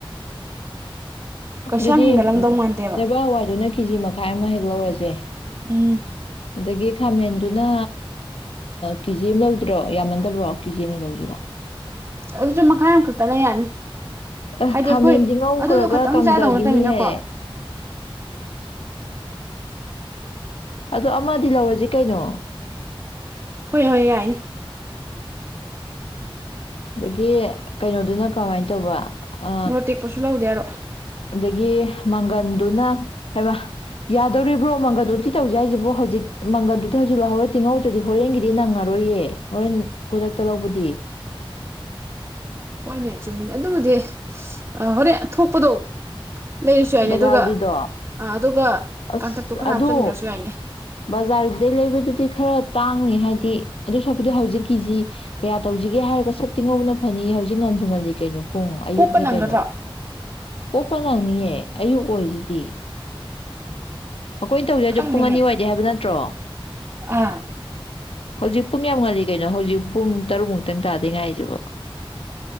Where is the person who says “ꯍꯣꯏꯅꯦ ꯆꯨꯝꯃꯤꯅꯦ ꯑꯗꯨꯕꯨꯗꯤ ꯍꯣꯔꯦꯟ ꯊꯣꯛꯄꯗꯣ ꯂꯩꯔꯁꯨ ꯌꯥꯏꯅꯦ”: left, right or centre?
Right